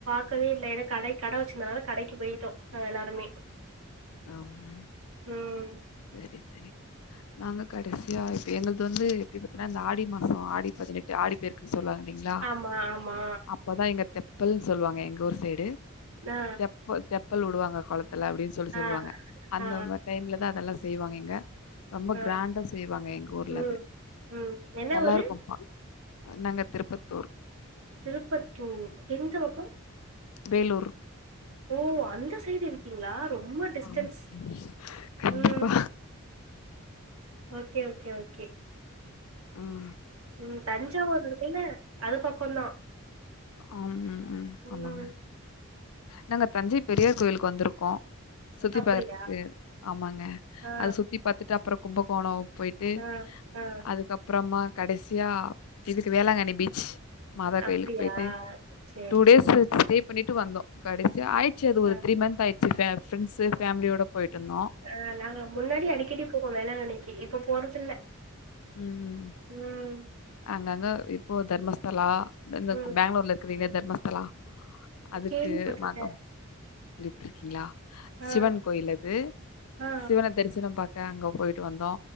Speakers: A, on the right; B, on the left.
A: க்கவே இல்ல ஏன்னா கடை கட வச்சிருந்தனால கடைக்கு போயிட்டோம் நாங்க எல்லாருமே
B: ஆம்
A: உம்
B: சரி சரி நாங்க கடைசியா இப்ப எங்கள்து வந்து எப்படி பாத்தீங்கன்னா இந்த ஆடி மாசம் ஆடி பதினெட் ஆடி பெருக்குன்னு சொல்லுவாங்க இல்லைங்களா
A: ஆமா ஆமா
B: அப்பதா எங்க தெப்பல்ன்னு சொல்லுவாங்க எங்க ஊர் சைடு
A: ஆ
B: தெப்ப தெப்பல் வுடுவாங்க குளத்துல அப்படின் சொல்லி சொல்லுவாங்க
A: ஆ
B: அந்த
A: ஆ
B: டைம்ல தா அதெல்லாம் செய்வாங்க இங்க ரொம்ப
A: ஆ
B: கிராண்டா செய்வாங்க எங்க ஊர்ல
A: ம்
B: அது
A: ம் என்ன
B: நல்லா
A: ஊரு
B: இருக்கும் பா அ நாங்க திருப்பத்தூர்
A: திருப்பத்தூர் எந்த பக்கம்
B: வேலூர்
A: ஓ அந்த சைடு இருக்கீங்களா ரொம்ப டிஸ்டன்ஸ்
B: ஆமா. கண்டிப்பா.
A: உம் ஓகே ஓகே ஓகே
B: உம்
A: உம் தஞ்சாவூர் இருக்குல்ல அது பக்கம்தா
B: ஆம் உம் உம்
A: ம்
B: ஆமாங்க நாங்க தஞ்சை பெரியார் கோயிலுக்கு வந்துருக்கோம் சுத்தி
A: அப்டியா
B: பாத்து ஆமாங்க
A: ஆ
B: அது சுத்தி பாத்துட்டு அப்புறம் கும்பகோணம் போயிட் டு
A: ஆ ஆ
B: அதுக்கப்புறமா கடைசியா இதுக்கு வேளாங்கண்ணி பீச் மாதா
A: அப்டியா
B: கோயிலுக்கு பேயிட்டு
A: சேரி
B: டூ டேஸ் ஸ்டே பண்ணிட்டு வந்தோ கடைசியா ஆயிச்சு அது
A: ஆ
B: ஒரு த்ரீ மந்த் ஆயி ச்சு பே ஃப்ரண்ட்ஸ் ஃபேமிலியோட போயிட்டு வந்தோம
A: ஆ நாங்க முன்னாடி அடிக்கடி போவோ வேளாங்கண்ணிக்கு இப்ப போறதில்ல
B: ம்
A: ம்
B: அங்கங்க இப்போ தர்மஸ்தலா தந்த
A: ம்
B: பேங்ளூர்ல இரு க்கிறில தர்மஸ்தலா அதுக்கு
A: கேள்விப்பட்ருக்கே
B: கேள்விப்பட்ருக்கீங்ளா
A: ஆ
B: சிவன் கோயில் அது
A: ஆ
B: சிவன தரிசனம் பாக்க அங்க போயிட்டு வந்தோ